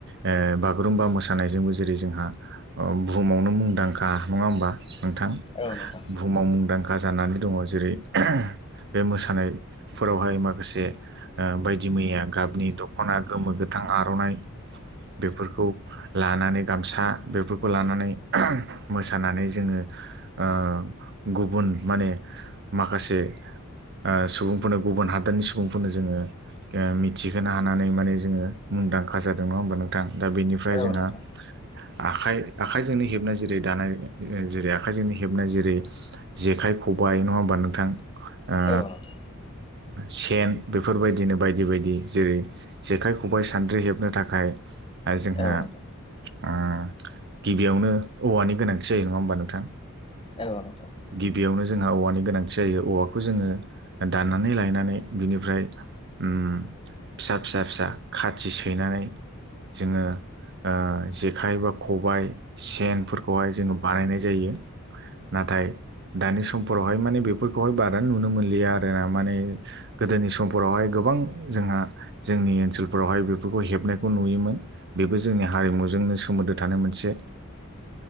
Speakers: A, on the right; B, on the left.
A: ओ बागुरुम्बा मोसानायजोंबो जेरै जोंहा औ बुहुमावनो मुंदांखा नङा होमबा नोंथां
B: औ नोंथां
A: बुहुमाव मुंदांखा जानानै दङ जेरै बे मोसानायफोरावहाय माखासे ओ बायदि मैया गाबनि दख'ना गोमो गोथां आर'नाइ बेफोरखौ लानानै गामसा बेफोरखौ लानानै मोसानानै जोङो ओ गुबुन माने माखासे ओ सुबुंफोरनो गुबुन हादोरनि सुबुंफोरनो जोङो मिथिहोनो हानानै माने जोङो मुंदांखा जादों नङा होमबा नोंथां दा बेनिफ्राय
B: औ नोंथां औ नोंथां औ
A: जोंहा
B: नोंथां औ नोंथां
A: आखाइ आखाइजोंनो हेबनाय जेरै दानाय जेरै आखाइजोंनो हेबनाय जेरै जेखाइ खबाय नङा होमबा नोंथां ओ
B: औ नोंथां
A: सेन बेफोरबायदिनो बायदि बायदि जेरै जेखाय खबाइ सानद्रि हेबनो थाखाय जोंहा
B: औ
A: ओ गिबियावनो औवानि गोनांथि जायो नङा होमबा नोंथां
B: औ नोंथां
A: गिबियावनो जोंहा औवानि गोनांथि जायो औवाखौ जोङो दाननानै लायनानै बिनिफ्राय उम फिसा फिसा फिसा खाथि सैनानै जोङो ओ जेखाइ बा खबाइ सेनफोरखौहाय जोङो बानायनाय जायो नाथाय दानि समफोरावहाय माने बेफोरखौहाय बारा नुनो मोनलिया आरोना माने गोदोनि समफोरावहाय गोबां जोंहा जोंनि ओनसोल फोरावहाय बेफोरखौ हेबनायखौ नुयोमोन बेबो जोंनि हारिमुजोंनो सोमोन्दो थानाय मोनसे